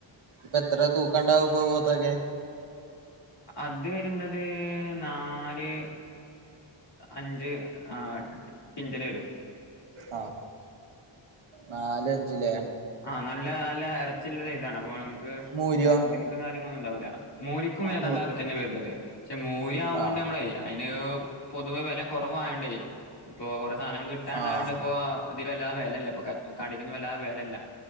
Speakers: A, on the right (about 75°); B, on the left (about 55°).
A: ഇപ്പൊ എത്ര തൂക്കണ്ടാവും ഇപ്പൊ പോത്തൊക്കെ
B: അത് വരുന്നത് നാല് അഞ്ച് ആ കിൻ്റൽ വരും
A: ആ നാലഞ്ചില്ലേ
B: ആഹ് നല്ല നല്ല ഇറച്ചുള്ള സൈസാണ് അപ്പോ നിങ്ങക്ക്
A: മൂരിയോ
B: ഇങ്ങനത്തെ ബുദ്ധിമുട്ടും കാര്യങ്ങളൊന്നും ഉണ്ടാവൂല മൂരിക്കും ഏതാണ്ട്
A: മൂ
B: അതിൽ തന്നെ വരുന്നത് പക്ഷെ മോര്യാ ആവുകോണ്ട്
A: ആഹ്
B: നമ്മള് പിന്നെ പൊതുവെ വില കുറവായോണ്ടേ ഇപ്പൊ കുറ സാധനങ്ങൾ കിട്ടാണ്ടായത്
A: ആഹ്
B: കൊണ്ട് ഇപ്പോ ഇതില് വല്ലാത വിലല്ല ഇപ്പ കടയിൽന്നും വല്ലാത വിലല്ല